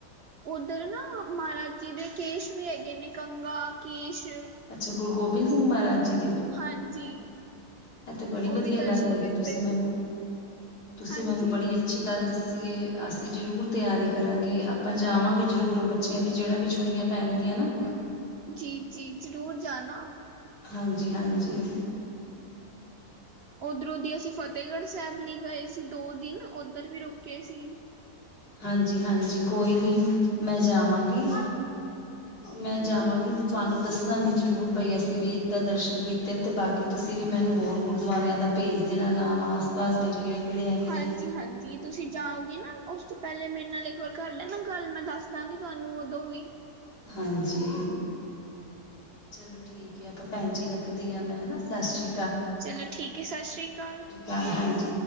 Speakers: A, on the right; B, on the left.
A: ਉੱਧਰ ਨਾ ਮਹਾਰਾਜ ਜੀ ਦੇ, ਕੇਸ਼ ਵੀ ਹੈਗੇ ਨੇ ਕੰਗਾ ਕੇਸ਼
B: ਅੱਛਾ, ਗੁਰੂ ਗੋਬਿੰਦ ਸਿੰਘ ਮਹਾਰਾਜ ਜੀ ਦੇ?
A: ਹਾਂਜੀ।
B: ਇਹ ਤੇ ਬੜੀ
A: ਉਹ
B: ਵਧੀਆ
A: ਵੀ ਦਰਸ਼ਨ
B: ਗੱਲ ਹੈਗੀ,
A: ਕੀਤੇ
B: ਤੁਸੀਂ ਮੈਨੂੰ ਤੁਸੀਂ
A: ਹਾਂਜੀ
B: ਮੈਨੂੰ ਬੜੀ ਅੱਔ ਅੱਛੀ ਗੱਲ ਦੱਸੀਏ, ਅਸੀਂ ਜ਼ਰੂਰ ਤਿਆਰੀ ਕਰਾਂਗੇ, ਆਪਾਂ ਜਾਵਾਂਗੇ ਜ਼ਰੂਰ ਹੁਣ ਬੱਚਿਆਂ ਦੀ ਜਿਹੜਾ ਵੀ ਛੁੱਟੀਆਂ ਪੈਣਗੀਆਂ ਨਾ
A: ਜੀ ਜੀ ਜ਼ਰੂਰ ਜਾਣਾ।
B: ਹਾਂਜੀ ਹਾਂਜੀ।
A: ਓਧਰੋਂ ਦੀ ਅਸੀਂ ਫ਼ਤਿਹਗੜ੍ਹ ਸਾਹਿਬ ਲਈ ਗਏ ਸੀ, ਦੋ ਦਿਨ ਓਧਰ ਵੀ ਰੁਕੇ ਸੀ।
B: ਹਾਂਜੀ, ਹਾਂਜੀ ਕੋਈ ਨਹੀਂ ਮੈਂ ਜਾਵਾਂਗੀ। ਮੈਂ ਜਾਵਾਂਗੀ
A: ਜੀ
B: ਤੇ ਤੁਹਾਨੂੰ ਦੱਸਾ ਦੱਸਾਂਗੇ ਜ਼ਰੂਰ ਬਈ ਅਸੀਂ ਵੀ ਇੱਦਾਂ ਦਰਸ਼ਨ ਕੀਤੇ ਨੇ ਤੇ ਬਾਕੀ ਤੁਸੀਂ ਵੀ ਮੈਨੂੰ ਹੋਰ ਗੁਰਦੁਆਰਿਆਂ ਦਾ ਭੇਜ ਦੇਣਾ ਨਾਮ ਆਸ ਪਾਸਦੇ ਕਿਹੜੇ ਕਿਹੜੇ ਹੈਗੇ
A: ਹਾਂਜੀ,
B: ਨੇ
A: ਹਾਂਜੀ ਤੁਸੀਂ ਜਾਓਗੇ ਨਾ ਉਸ ਤੋਂ ਪਹਿਲੇ ਮੇਰੇ ਨਾਲ ਇੱਕ ਵਾਰ ਕਰ ਲੈਨਾ ਗੱਲ, ਮੈਂ ਦੱਸ ਦਾਂਗੀ ਤੁਹਾਨੂੰ ਉਦੋਂ ਵੀ।
B: ਹਾਂਜੀ। ਚਲੋ ਠੀਕ ਐ ਆਪਾਂ ਭੈਣਜੀ ਰੱਖਦੇ ਆ ਮੈਂ ਹਨਾ, ਸਤਿ ਸ਼੍ਰੀ
A: ਚਲੋਂ ਠੀਕ ਐ, ਸਤਿ ਸ਼੍ਰੀ ਅਕਾਲ।
B: ਹਾ ਹਾਂਜੀ।